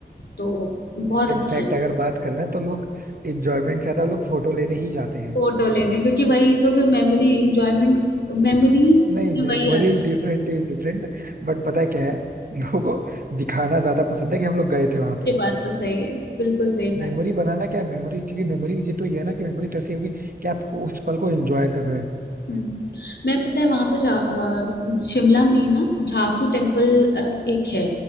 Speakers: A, on the left; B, on the right.
A: तो बहुत अच्छा
B: इनफैक्ट अगर बात करें ना तो लोग इंजॉयमेंट से ज्यादा लोग फोटो लेने ही जाते हैं
A: फोटो लेने क्योंकि वही तो फिर मेमोरी इंजॉयमेंट मेमोरीज
B: नहीं
A: वही
B: memory
A: आता है
B: different is different But पता है क्या है लोगों को दिखाना ज्यादा पसंद है कि हम लोग गए थे वहां पे
A: ये बात तो सही है बिल्कुल सही
B: मेमोरी
A: बात
B: बनाना क्या है मेमोरी क्योंकि मेमोरी ये तो ये है ना कि मेमोरी तो ऐसी होगी कि आप उस पल को एंजॉय कर रहे हैं
A: हम्म, मैं पता है वहां पे जा अ, शिमला में ही ना झाकू टेम्पल अ, एक है